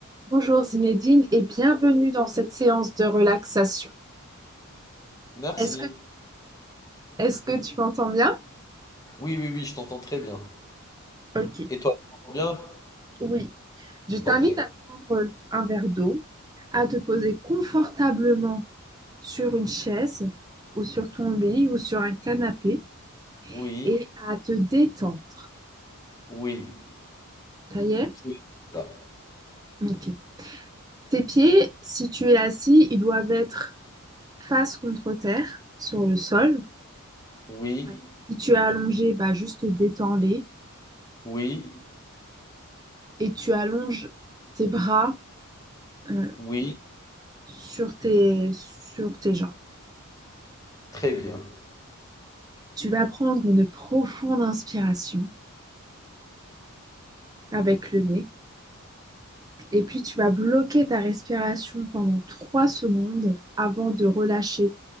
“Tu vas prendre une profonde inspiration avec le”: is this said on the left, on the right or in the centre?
Right